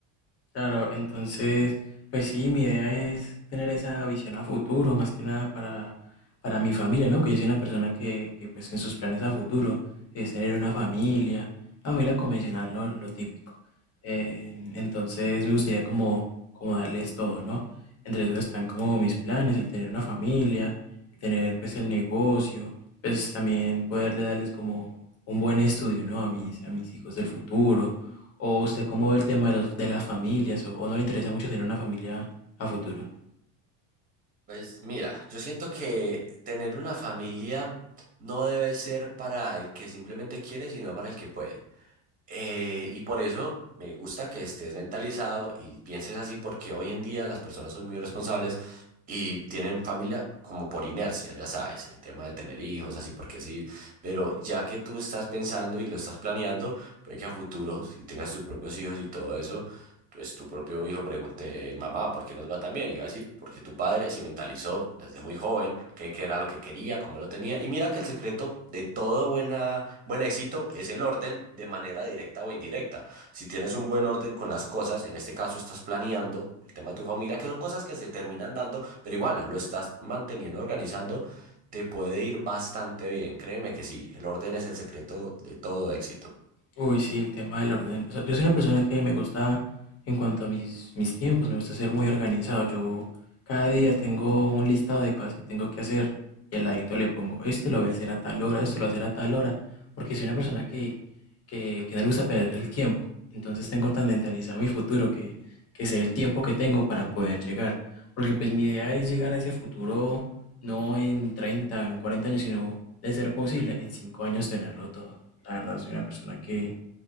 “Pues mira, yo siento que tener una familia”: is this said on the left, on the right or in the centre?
Right